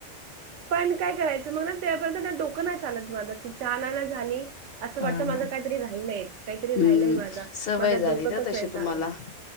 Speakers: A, on the right; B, on the left.
A: पण काय करायचं मग ना त्यापर्यंत डोकं नाही चालत माझं की चानाना झाली असं
B: हा
A: वाटत
B: हा.
A: माझं काहीतरी राहीलाय काहीतरी राहिलाय
B: हम्म
A: माझा
B: सवय
A: माझा
B: झाली
A: डोकतच
B: ना तशी
A: नाही झालं
B: तुम्हाला